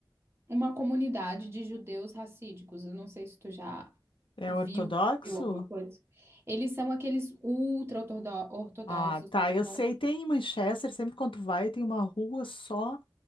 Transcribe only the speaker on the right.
uma comunidade de judeus racídicos. Eu não sei se tu já
viu,
viu alguma coisa. Eles são aqueles ultra-ortodoxos,
que eles
são.